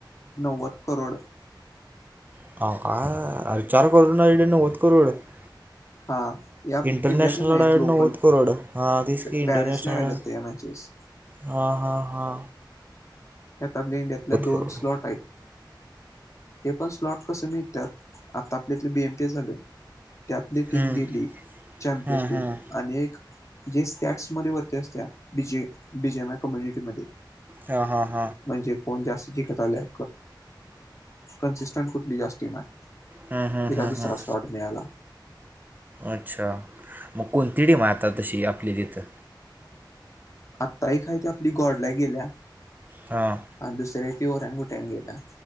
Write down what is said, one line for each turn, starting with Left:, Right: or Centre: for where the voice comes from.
Left: नव्वद करोड
Right: <inaudible>
Left: हा या
Right: इंटरनेशनल
Left: इंडियातला नाही
Right: आडाड
Left: ग्लोबल
Right: नवत करोड हा तीसकी
Left: पॅरिसला
Right: इंटरनेशनल
Left: व्हायला
Right: आ
Left: या मॅचेस
Right: हा हा हा
Left: यात आपल्या इंडियातल्या दोन
Right: करोड
Left: स्लॉट आहेत हे पण स्लॉट कसे मिळतात आता आपल्यातले बीएमटे झाले त्यातली टीम
Right: हं,
Left: गेली चॅम्पियन
Right: हं,
Left: टीम
Right: हं.
Left: आणि एक जे त्याट्समध्ये वरते असत्या B J B J M I कम्युनिटीमध्ये
Right: हा हा हा
Left: म्हणजे फोन जास्त जिखत आले कन्सिस्टंट कुठली जास् टम आहे
Right: हां हां
Left: <inaudible>
Right: हां हां अच्छा मग कोणती टीम आता तशी आपली तिथं
Left: आत्ता एक खायती आपली गोडल्या गेल्या
Right: हां
Left: आणि दुसऱ्या त ओऱ्यान गुट्याने गेल्या